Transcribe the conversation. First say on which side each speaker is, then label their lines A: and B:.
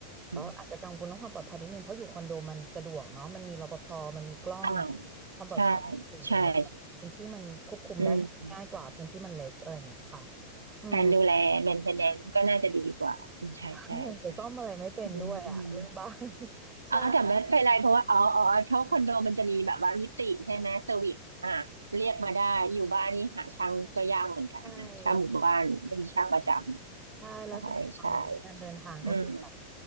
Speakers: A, on the right; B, on the right.
A: ก็อาจจะกังวลเรื่องความปลอดภัยนิดนึงเพราะอยู่คอนโดมันสะดวกเนาะมันมีรปภมันมีกล้อง
B: อืมอ่า
A: ความปลอดภัยสูงแล้วก็พื้นที่มันควบคุมได้ง่ายกว่าพื้นที่มันเล็กอะไรอย่างเงี้ยค่ะ
B: ใช่ใช่ใช่อืม
A: อืม
B: การดูแล maintenance ก็น่าจะดีกว่าอืมใช่ใช่ใช่
A: <laughs> จะซ่อมอะไรไม่เป็นด้วยอะเรื่องบ้าน
B: อืมอืม
A: <laughs> ใช่
B: อ๋อแต่ไม่เป็นไรเพราะว่าอ๋ออ๋อเท่าคอนโดมันจะมีแบบว่านิติใช่ไหมเซอร์วิสอ่ะเรียกมาได้อยู่บ้านนี่หาช่างก็ยากเหมือนกันนะถ้าหมู่บ้านไม่มีช่างประจ
A: ใช่แล้ว ใช่แล้วสมัยตอนนี้การเดินทางก็คือแบบ
B: ำใช่ใช่อืม